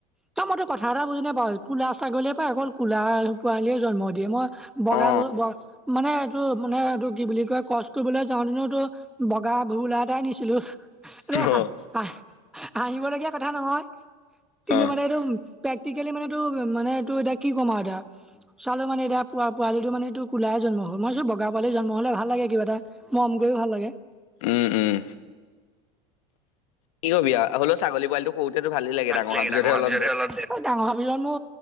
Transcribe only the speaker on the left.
অ
অ
অ
উম, উম, কি কবি আৰু হ'লেও ছাগলী পোৱালিটো সৰুতেতো ভালেই লাগে
হোৱাৰ পিছতহে
অলপ